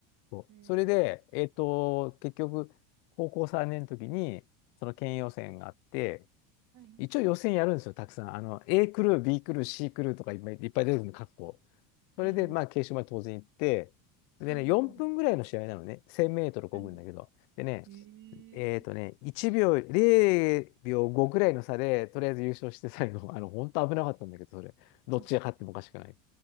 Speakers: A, on the left; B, on the right.
A: そう。
B: へえ
A: それで、えっと、結局、高校3年の時に、その県予選があって、
B: はい。
A: 一応予選やるんですよ、たくさん。あの、A クルー、B クルー、C クルーとかいっぱいいっぱい出てくるの、各校。それで、
B: はいはい。
A: まあ、決勝まで当然行って、でね、
B: うん。
A: 4分ぐらいの試合なのね、1000メートル漕ぐんだけど。
B: は
A: でね、
B: い。
A: えっとね、
B: ええ
A: 1秒、0秒5ぐらいの差で、とりあえず優勝して最後、<laughs> あの、本当危なかったんだけど、それ、どっちが勝ってもおかしくない。
B: あ、